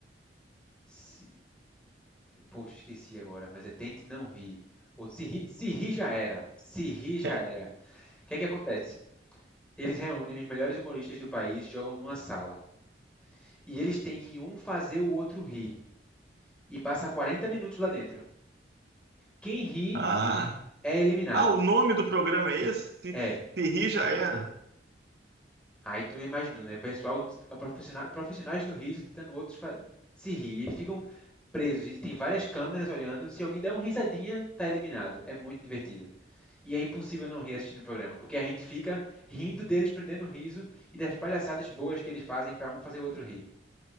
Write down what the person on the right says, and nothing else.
<laughs>
Ah,
ah, o nome do programa é esse? Se,
se rir, já era.